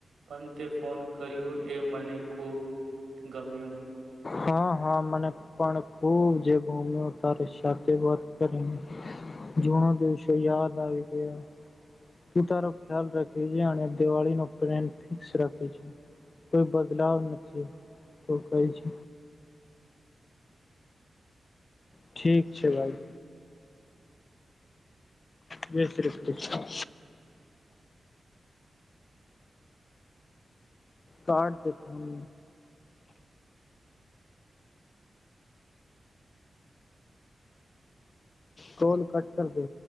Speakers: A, on the right; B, on the left.
A: પણ તે ફોન કર્યું એ મને ખુબ ગમ્યું
B: હા હા મને પણ ખૂબ જે ભૂમ્યો તારે સાથે વાત કરીને જનો દિવસ યાદ ગયા તું તારો ખ્યાલ રાખે છે અને દિવાળી ન પ્ન ફિકસ રાખે છે કોઈ બદલાવ નથી તો ક છે. ઠીક છે ભાઈ જય શ્રી કૃષ્ણ કર જે ફોન કોલ કટ કર દે